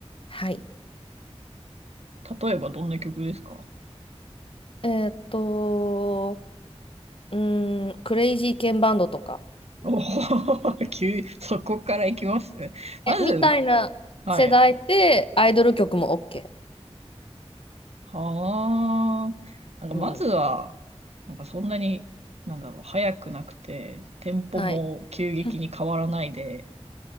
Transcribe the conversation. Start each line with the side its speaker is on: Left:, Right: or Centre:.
Left: はい。
Right: 例えばどんな曲ですか
Left: えーっと、うーん、クレイジーケンバンドとか。
Right: おお、<laughs> 急、そこから行きますまず、
Left: え、みたいな世代でアイドル曲も
Right: はい。
Left: OK。
Right: はあ。なんか、
Left: うん。
Right: まずは、なんかそんなに、なんだろう、早くなくて、テンポも急激に変わらないで、
Left: はい。<laughs>